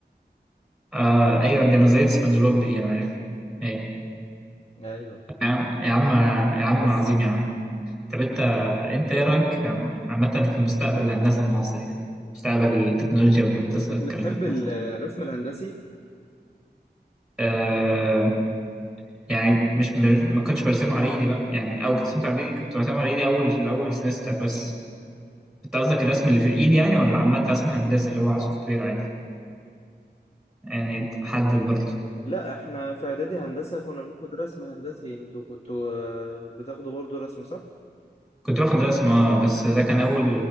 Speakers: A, in the centre; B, on the left.
A: آه ايوه دي انا زيت سبونج بوب دي انا عارف ايه
B: ايوه
A: يا عم يا عم يا عم
B: بس
A: عظيم يا عم طب انت انت
B: ف
A: ايه رايك عامة في مستقبل الهندسة في مصر يعني مستقبل التكنولوجيا والهندسة
B: كنت
A: والكلام
B: بتحب
A: ده في
B: ال-
A: مصر
B: الرسم الهندسي
A: آه يعني مش مش- ما كنتش برسمه على ايدي بقى يعني او كنت رسمته على ايدي كنت برسمه على ايدي اول اول سمستر بس انت قصدك الرسم اللي في الايد يعني ولا عامه رسم هندسي اللي هو على السوفت وير عادي يعني حدد برضه
B: لا احنا في اعدادي هندسة كنا بناخد رسم هندسي انتوا كنتوا آه، بتاخدوا برضو رسم صح
A: كنت باخد رسم اه بس ده كان اول